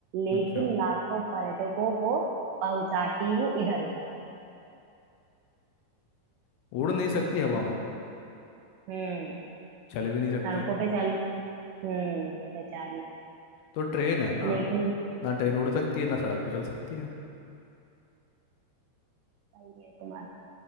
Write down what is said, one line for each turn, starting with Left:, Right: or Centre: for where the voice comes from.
Right: लेकिन
Left: अच्छा
Right: लाखों पर्यटकों को पहुंचाती हूँ इधर उधर
Left: उड़ नहीं सकती हवा में
Right: हम्म
Left: चल भी नहीं सकती
Right: सड़कों पे चल हम्म बेचारी
Left: तो ट्रेन है ना
Right: लेकिन
Left: ना ट्रेन उड़ सकती है ना सड़क पे चल सकती है
Right: सही है तुम्हारा